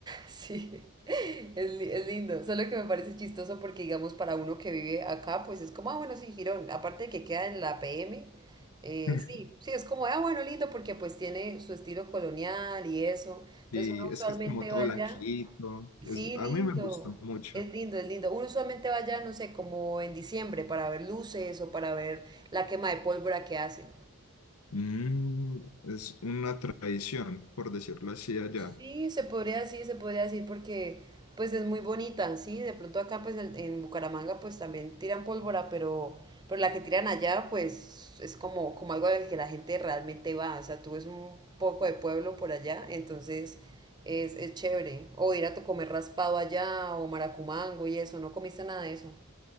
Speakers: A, on the right (about 20°); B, on the left (about 75°).
A: Sí, <laughs> es, li- es lindo, solo que me parece chistoso porque digamos para uno que vive acá, pues es como, ah, bueno, sí, Girón, aparte de que queda en la PM, eh,
B: <laughs>
A: sí, sí, es como, ah, bueno, lindo porque pues tiene su estilo colonial y eso, entonces
B: Y
A: uno
B: es
A: usualmente
B: que es como todo
A: va allá,
B: blanquito.
A: sí,
B: Es, a
A: lindo,
B: mí me gustó mucho.
A: es lindo, es lindo, uno usualmente va allá, no sé, como en diciembre para ver luces o para ver la quema de pólvora que hacen.
B: Mm, es una tradición, por decirlo así, allá.
A: Sí, se podría decir, se podría decir porque pues es muy bonita, sí, de pronto acá pues en, en Bucaramanga pues también tiran pólvora, pero, pero la que tiran allá pues es como, como algo al que la gente realmente va, o sea, tú ves un poco de pueblo por allá, entonces es, es chévere, o ir a to- comer raspado allá o maracumango y eso, no comiste nada de eso.